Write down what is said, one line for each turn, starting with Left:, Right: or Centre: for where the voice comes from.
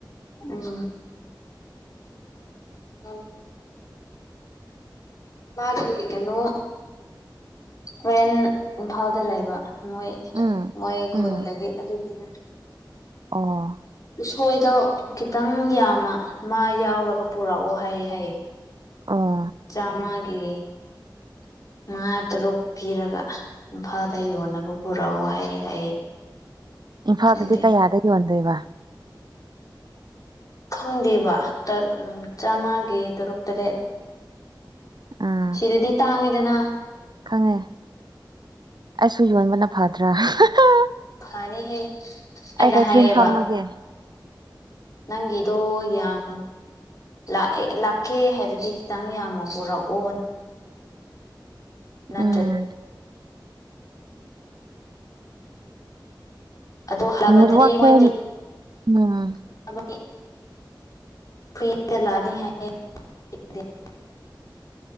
Left: ꯎꯝ ꯑꯥ ꯃꯥꯒꯤ ꯀꯩꯅꯣ ꯐ꯭ꯔꯦꯟ ꯏꯝꯐꯥꯜꯗ ꯂꯩꯕ ꯃꯣꯏ
Right: ꯎꯝ
Left: ꯃꯣꯏ ꯈꯨꯟꯗꯒꯤ
Right: ꯎꯝ
Left: ꯑꯗꯨꯒꯤꯅꯦ
Right: ꯑꯣ
Left: ꯊꯣꯏꯗꯣ ꯈꯤꯇꯪ ꯌꯥꯝꯃ ꯃꯥ ꯌꯥꯎꯔꯒ ꯄꯨꯔꯛꯑꯣ ꯍꯥꯏꯌꯦ ꯍꯥꯏꯌꯦ
Right: ꯑꯣ
Left: ꯆꯝꯃꯒꯤ
Right: ꯎ <inaudible>
Left: ꯃꯉꯥ ꯇꯔꯨꯛ ꯄꯤꯔꯒ ꯏꯝꯐꯥꯜꯗ ꯌꯣꯟꯅꯕ ꯄꯨꯔꯛꯑꯣ ꯍꯥꯏ ꯍꯥꯏꯌꯦ
Right: ꯏꯝꯐꯥꯜꯗꯗꯤ
Left: ꯈꯪꯗꯦ
Right: ꯀꯌꯥꯗ ꯌꯣꯟꯗꯣꯏꯕ
Left: ꯈꯪꯗꯦꯕ ꯆꯥꯝꯃꯒꯤ ꯇꯔꯨꯛ ꯇꯔꯦꯠ
Right: ꯎꯝ
Left: ꯁꯤꯗꯗꯤ ꯇꯥꯡꯉꯤꯗꯅ
Right: ꯈꯪꯉꯦ ꯑꯩꯁꯨ ꯌꯣꯟꯕꯅ ꯐꯗ꯭ꯔꯥ ꯍꯥꯍꯥ
Left: ꯐꯅꯤꯍꯦ ꯑꯩꯅ
Right: ꯀꯩꯊꯦꯜ
Left: ꯍꯥꯏꯌꯦꯕ
Right: ꯐꯝꯃꯒꯦ
Left: ꯅꯪ ꯒꯤꯗꯣ ꯌꯥꯝ ꯂꯥꯛꯑꯦ ꯂꯥꯛꯀꯦ ꯍꯥꯏꯔꯗꯤ ꯈꯤꯇꯪ ꯌꯥꯝꯃ ꯄꯨꯔꯛꯑꯣ <unintelligible>
Right: ꯎꯝ
Left: ꯑꯗꯣ ꯍꯜꯄꯗꯗꯤ
Right: ꯅꯦꯠꯋꯥꯛꯇ
Left: ꯃꯣꯏꯒꯤ
Right: ꯎꯝ
Left: <unintelligible>